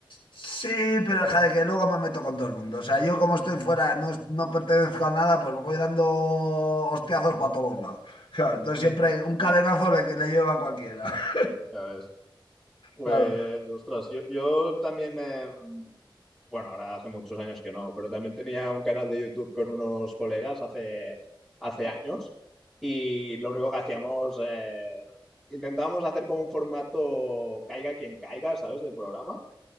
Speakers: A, on the left; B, in the centre.
A: Sí, pero joder, que luego me meto con todo el mundo. O sea, yo como estoy fuera, no, no pertenezco a nada, pues voy dando hostiazos para todos lados. <laughs> Claro, entonces siempre un cadenazo le, le lleva a cualquiera. <laughs>
B: Ya ves. Pues,
A: Claro.
B: ostras, yo, yo también, eh, bueno, ahora hace muchos años que no, pero también tenía un canal de YouTube con unos colegas hace, hace años y lo único que hacíamos, eh, intentábamos hacer como un formato caiga quien caiga, ¿sabes? Del programa